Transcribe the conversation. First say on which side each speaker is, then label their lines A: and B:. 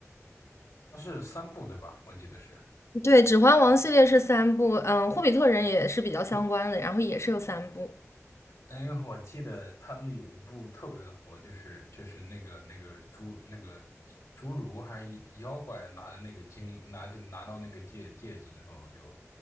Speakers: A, on the left; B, on the left.
A: 它是三部对吧？我记得是。
B: 对，《指环王》系列是三部，嗯，《霍比特人》也是比较相关的，然后也是有三部。
A: 哎，因为我记得他们有一部特别的火，就是就是那个那个侏那个侏儒还是妖怪拿着那个金拿着拿到那个戒戒指之后就，